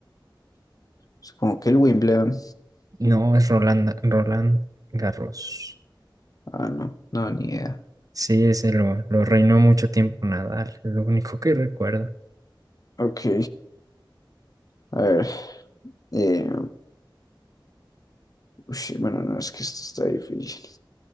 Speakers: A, on the left; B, on the right.
A: Supongo que el Wimbledon.
B: No, es Roland, Roland Garros.
A: Ah, no, no, ni idea.
B: Sí, ese lo, lo reinó mucho tiempo Nadal, es lo único que recuerdo.
A: Ok, a ver. em, ush, bueno, no, es que esto está difícil.